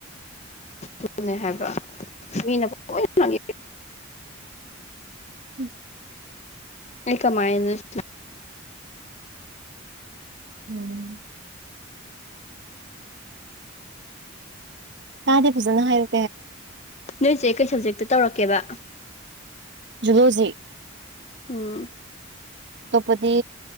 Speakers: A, on the left; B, on the right.
A: ꯑꯗꯨꯅꯦ ꯍꯥꯏꯕ ꯃꯤꯅ ꯂꯣꯏꯪ
B: ꯎ
A: ꯑꯩ ꯀꯃꯥꯏꯅꯁ
B: ꯎꯝ ꯀꯥꯗꯦ ꯐꯖꯅ ꯍꯥꯏꯌꯣ
A: ꯅꯣꯏꯁꯦ ꯀꯩ ꯁꯕꯖꯦꯛꯇ ꯇꯧꯔꯛꯀꯦꯕ
B: ꯂꯣꯖꯤꯩ
A: ꯎꯝ
B: ꯇꯧꯄꯗꯤ